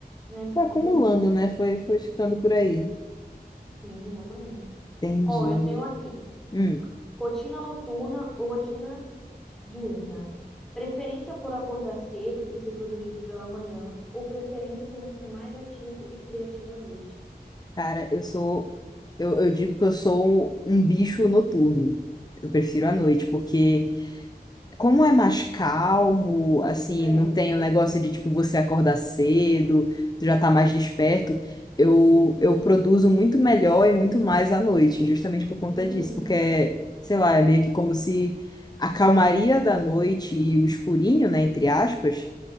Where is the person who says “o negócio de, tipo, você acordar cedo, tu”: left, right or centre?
Left